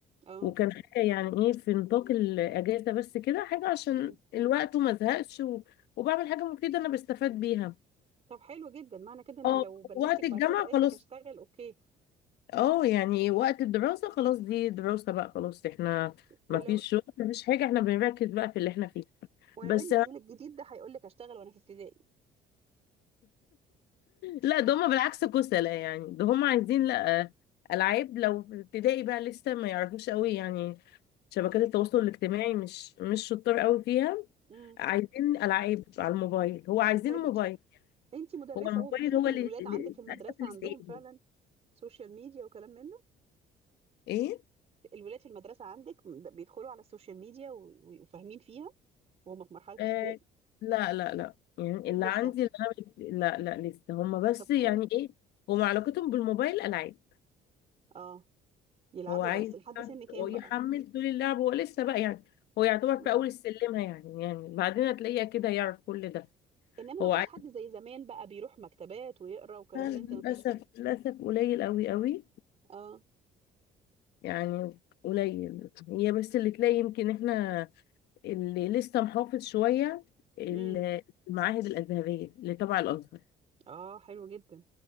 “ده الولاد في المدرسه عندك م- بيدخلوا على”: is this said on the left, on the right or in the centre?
Right